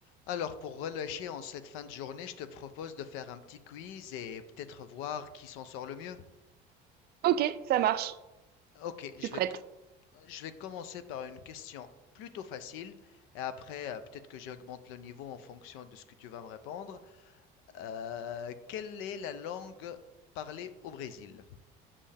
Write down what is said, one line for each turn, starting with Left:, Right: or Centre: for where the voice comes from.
Left: Alors, pour relâcher en cette fin de journée, je te propose de faire un petit quiz et peut-être voir qui s'en sort le mieux.
Right: Ok, ça marche,
Left: Ok,
Right: je
Left: je
Right: suis prête.
Left: vais, co- je vais commencer par une question plutôt facile et après, euh, peut-être que j'augmente le niveau en fonction de ce que tu vas me répondre. Euh, quelle est la langue parlée au Brésil?